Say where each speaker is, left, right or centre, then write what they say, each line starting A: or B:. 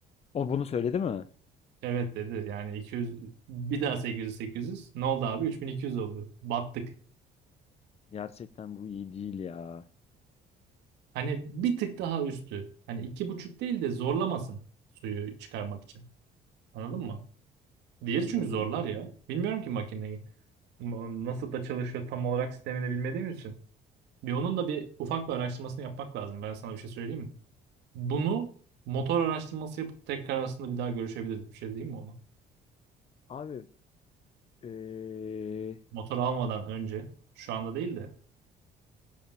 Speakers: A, on the left (about 35°); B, on the right (about 85°).
A: O bunu söyledi mi?
B: Evet dedi. Yani 200 bir daha 800 800 ne oldu abi 3200 oldu. Battık.
A: Gerçekten bu iyi değil ya.
B: Hani bir tık daha üstü. Hani iki buçuk değil de zorlamasın suyu çıkarmak için. Anladın mı? Diğeri
A: Anladım.
B: çünkü zorlar ya. Bilmiyorum ki makineyi. Ma- Nasıl da çalışıyor tam olarak sistemini bilmediğimiz için. Bir onun da bir ufak bir araştırmasını yapmak lazım. Ben sana bir şey söyleyeyim mi? Bunu motor araştırması yapıp tekrar aslında bir daha görüşebiliriz. Bir şey değil mi ona?
A: Abi eee,
B: Motor almadan önce. Şu anda değil de.